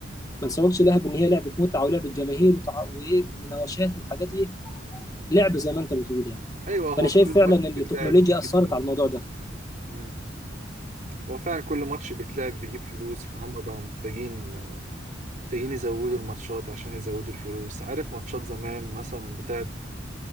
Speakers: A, on the left; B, on the right.
A: ما نسوقش لها بإن هي لعبة متعة ولعبة جماهير وتع- وإيه ومناوشات وحاجات إيه لعبة زي ما أنت بتقول يعني
B: ايوه هو
A: فأنا شايف
B: كل
A: فعلا
B: ماتش
A: إن التكنولوجيا
B: بيتلعب بيجيب
A: أثرت
B: فلوس
A: على الموضوع ده
B: مم. هو فعلا كل ماتش بيتلعب بيجيب فلوس فهم بقوا محتاجين محتاجين يزودوا الماتشات عشان يزودوا الفلوس عارف ماتشات زمان مثلا بتاعت